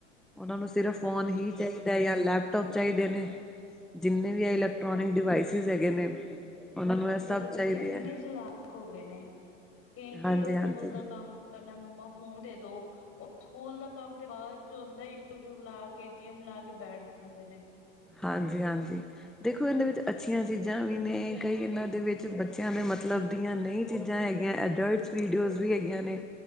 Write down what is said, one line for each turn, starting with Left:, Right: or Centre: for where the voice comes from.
Centre: ਉਹਨਾਂ ਨੂੰ ਸਿਰਫ਼ ਫੋਨ
Left: ਹਾਂਜੀ
Centre: ਹੀ ਚਾਹੀਦਾ ਜਾਂ ਲੈਪਟੋਪ ਚਾਹੀਦੇ ਨੇ। ਜਿੰਨੇ ਵੀ ਆਏ ਲੈ। ਇਲਕਟ੍ਰੋਨਿਕ ਡਿਵਾਈਸਿਸ ਹੈਗੇ ਨੇ। ਉਹਨਾਂ ਨੂੰ
Left: ਕੱਲ
Centre: ਸਭ
Left: ਬੱਚੇ
Centre: ਚਾਹੀਦੇ
Left: ਕਿੰਨੇ
Centre: ਹੈ
Left: ਚਲਾਕ ਹੋ ਗਏ ਨੇ। ਕਿ
Centre: ਹਾਂਜੀ
Left: ਸਕੂਲ
Centre: ਹਾਂਜੀ
Left: ਦਾ ਕੰਮ ਕਹਿੰਦੇ ਮਮਾ ਫੂਨ ਦੇ ਦੋ। ਉਹ ਸਕੂਲ ਦਾ ਕੰਮ ਤੇ ਬਾਅਦ ਚ' ਹੁੰਦਾ। ਯੂਟਿਊਬ ਲਾ ਕੇ ਗੇਮ ਲਾ ਕੇ ਬੈਠ ਜਾਂਦੇ ਨੇ।
Centre: ਹਾਂਜੀ- ਹਾਂਜੀ। ਦੇਖੋ ਇਹਦੇ ਵਿੱਚ ਅੱਛੀਆਂ ਚੀਜ਼ਾਂ ਵੀ ਨੇ। ਕਈ ਇਹਨਾਂ ਦੇ ਵਿੱਚ ਬੱਚਿਆਂ ਦੇ ਮਤਲਬ ਦੀਆਂ ਨਹੀਂ। ਚੀਜ਼ਾਂ ਹੈਗੀਆਂ ਅਡਲਟਸ ਵੀਡੀਓਜ਼ ਵੀ ਹੈਗੀਆਂ ਨੇ।